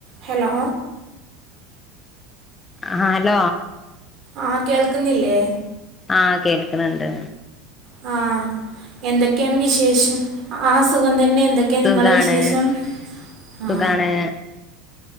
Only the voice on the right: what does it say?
ഹലോ.
ആ, കേൾക്കുന്നില്ലേ?
ആ. എന്തൊക്കെയാണ് വിശേഷം? ആ, സുഖം തന്നെ, എന്തൊക്കെയാ
നിങ്ങളെ വിശേഷം? ആ